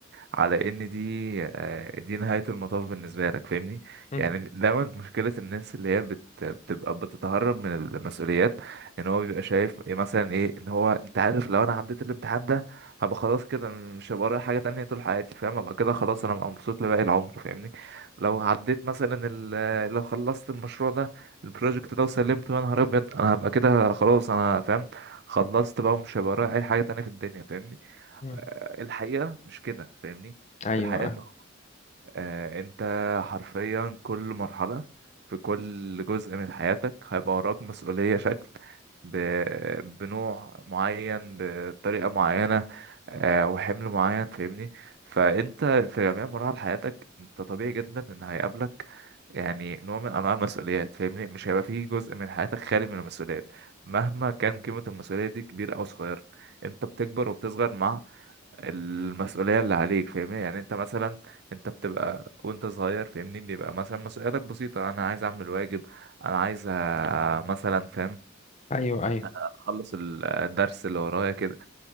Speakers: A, on the right; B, on the left.
A: على ان دي آه، دي نهاية المطاف بالنسبة لك فاهمني
B: امم
A: يعني دايما مشكلة الناس اللي هي بت... بتبقى بتتهرب من المسؤوليات ان هو بيبقى شايف إيه مثلا ايه ان هو انت عارف لو انا عديت الامتحان ده هبقى خلاص كده مش هبقى ورايا حاجة تانية طول حياتي فاهم ابقى كده خلاص انا هبقى مبسوط لباقي العمر فاهمني لو عديت مثلا ال... لو خلصت المشروع ده البروجكت ده وسلمته يا نهار ابيض انا هبقى كده خلاص انا فاهم خلصت بقى ومش هيبقى ورايا اي حاجة تانية في الدنيا فاهمني
B: امم
A: آه، الحقيقة مش كده فاهمني
B: ايوه
A: الحقيقة انه آه، انت حرفيا كل مرحلة في كل جزء من حياتك هيبقى وراك مسؤولية شكل ب... بنوع معين بطريقة معينة آه، وحمل معين فاهمني فانت في جميع مراحل حياتك انت طبيعي جدا ان هيقابلك يعني نوع من انواع المسؤوليات فاهمني مش هيبقى فيه جزء من حياتك خالي من المسؤوليات مهما كان قيمة المسؤولية دي كبيرة او صغيرة انت بتكبر وبتصغر مع المسؤولية اللي عليك فاهمني يعني انت مثلا انت بتبقى وانت صغير فاهمني بيبقى مثلا مسؤولياتك بسيطة انا عايز اعمل واجب انا عايز آه، مثلا فاهم
B: ايوه ايوه
A: اخلص ال- الدرس اللي ورايا كده